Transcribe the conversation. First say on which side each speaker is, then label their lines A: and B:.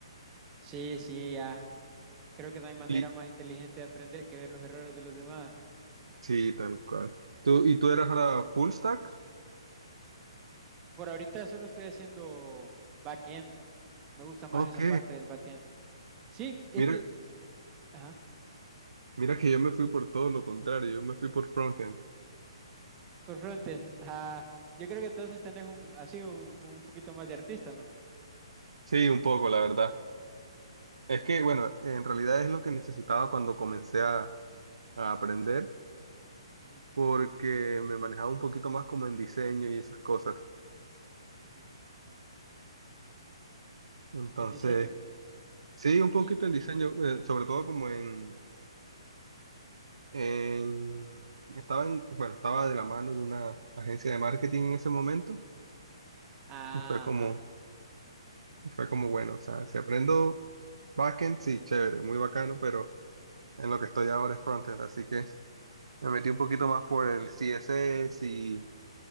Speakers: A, on the right; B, on the right.
A: Sí, sí, ya. Creo que no hay manera
B: Y
A: más inteligente de aprender que ver los errores de los demás.
B: sí, tal cual. ¿Tú, y tú eras ahora full stack?
A: Por ahorita solo estoy haciendo backend. Me gusta más
B: Ok.
A: esa parte del backend. Sí, es
B: Mira,
A: que... ajá.
B: mira que yo me fui por todo lo contrario, yo me fui por frontend.
A: Por frontend, ah, yo creo que entonces tenés un, así un, un poquito más de artista, ¿no?
B: Sí, un poco, la verdad.
A: Ujú,
B: Es que, bueno, en realidad es lo que necesitaba cuando comencé a, a aprender,
A: ujú,
B: porque me manejaba un poquito más como en diseño y esas cosas.
A: ujú.
B: Entonces,
A: En diseño.
B: sí, un poquito
A: Y,
B: en diseño, eh, sobre todo como en en- estaba en- bueno, estaba de la mano de una agencia de marketing en ese momento
A: ajá,
B: y fue como, y fue como bueno, o sea, si aprendo backend, sí, chévere, muy bacano, pero en lo que estoy ahora es frontend, así que me metí un poquito más por el CSS y